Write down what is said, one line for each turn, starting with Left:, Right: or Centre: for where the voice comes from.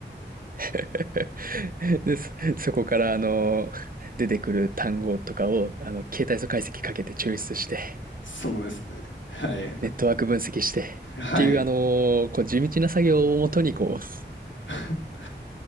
Right: <laughs> で、そ、そこから、あの、出てくる単語とかを、あの、形態素解析かけて抽出して、
Left: そうですね。はい。
Right: ネットワーク分析して、っ
Left: <laughs> はい。
Right: ていう、あの、こう、地道な作業をもとに、こう、
Left: <laughs>